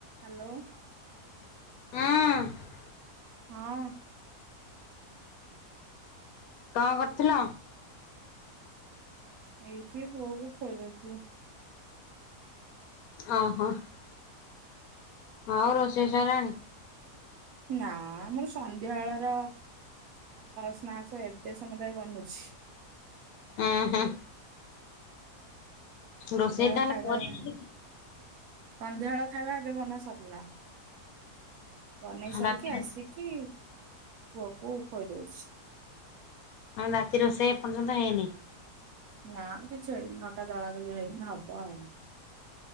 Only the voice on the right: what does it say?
Hello.
ହଁ!
ଏଇଠି ପୁଅ କୁ ଖୁଏଇ ଦଉ
ନା ଆମର ସନ୍ଧ୍ୟା ଳ ର ସ୍ନାକ୍ସ୍‌ ଏବେ ସମୁଦା ବନୁଛି।
ସନ୍ଧ୍ୟା
ଳ
ଖାଇବା
ଏବେ
ସନ୍ଧ୍ୟା ବେଳ ଖାଇବା ଏବେ ବନା ସର୍ଲା। ବନେଇ ସାରିକି
ଆସିକି ପୁଅକୁ ଖୁଏଇ ଦଉଛି।
ନା କିଛି ହେଇନି, ଅଟା ଦଳା ଦଳି ହେଇନି ହବ ଆଉ।